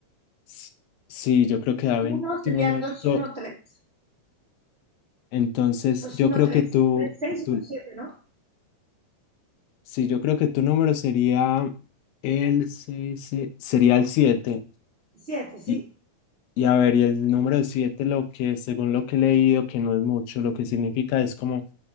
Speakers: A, on the left; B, on the right.
A: S- Sí, yo creo que da 21
B: uno serían 2
A: to-
B: y uno tres
A: Entonces,
B: 2
A: yo
B: y 1,
A: creo
B: 3
A: que tú,
B: 3, 6 y
A: tú,
B: uno siete ¿no?
A: Sí, yo creo que tu número sería el seis se- sería el siete
B: siete sí.
A: Y, y a ver, y el número 7 lo que, según lo que he leído, que no es mucho, lo que significa es como